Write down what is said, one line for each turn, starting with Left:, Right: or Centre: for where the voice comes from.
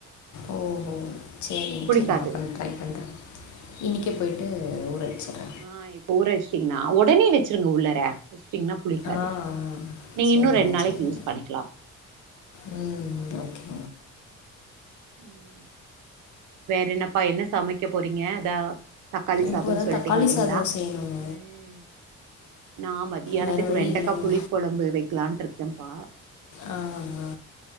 Left: ஓ ஓ செரிங்க
Right: புளிக்காது.
Left: செரிங்க அப்ப நா ட்ரை பண்ற இன்னைக்கே
Right: ம்.
Left: போய்ட்டு ஊற வச்சற
Right: ஆ இப்ப ஊற வச்சிட்டீங்கன்னா உடனே வச்சிருங்க உள்ளார வச்டிங்கன்னா புளிக்காது
Left: ஆ ஆ.
Right: நீங்க
Left: சரிங்க
Right: இன்னு ரெண்டு நாளைக்கி
Left: சரிங்க
Right: யூஸ் பண்ணிக்கலா
Left: ம் ஓகே
Right: ம் வேற என்னப்பா என்ன சமைக்க போறீங்க தா தக்காளி சாதோனு
Left: இப்போ தான்
Right: சொல்லிட்டீங்க
Left: தக்காளி
Right: இல்லைங்களா
Left: சாதம் செய்யணும்
Right: ம் நா மத்தியானத்துக்கு
Left: வேறு வழி
Right: வெண்டக்கா
Left: இல்லைங்க
Right: புளி கொழம்பு வைகலான்டு இருக்கேன்ப்பா
Left: ஆ ஆ.